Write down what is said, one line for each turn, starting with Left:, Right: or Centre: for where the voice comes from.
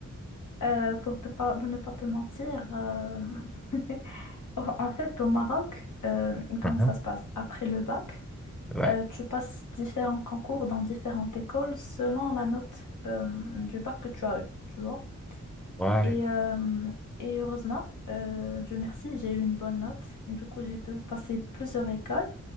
Left: euh, pour, te par- pour ne pas te mentir, euh, <laughs> en en fait, au Maroc, euh, comment
Centre: Mhm.
Left: ça se passe? Après le bac,
Centre: Ouais.
Left: euh, tu passes différents concours dans différentes écoles selon la note euh, du bac que tu as eu, tu vois?
Centre: Ouais.
Left: Et, euh, et heureusement, euh, Dieu merci, j'ai eu une bonne note. Du coup, j'ai pu passer plusieurs écoles.